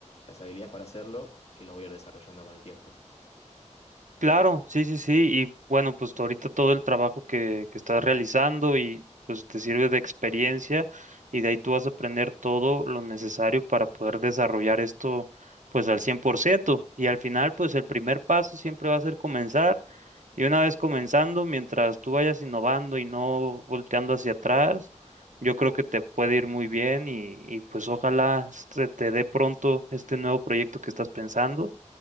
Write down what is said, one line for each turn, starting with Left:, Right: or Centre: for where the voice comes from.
Left: las habilidades para hacerlo, que lo voy a ir desarrollando con el tiempo.
Right: Claro, sí, sí, sí. Y bueno, pues tú ahorita todo el trabajo que, que estás realizando y pues te sirve de experiencia y de ahí tú vas a aprender todo lo necesario para poder desarrollar esto pues al 100%. Y al final pues el primer paso siempre va a ser comenzar. Y una vez comenzando, mientras tú vayas innovando y no volteando hacia atrás, yo creo que te puede ir muy bien y, y pues ojalá se te dé pronto este nuevo proyecto que estás pensando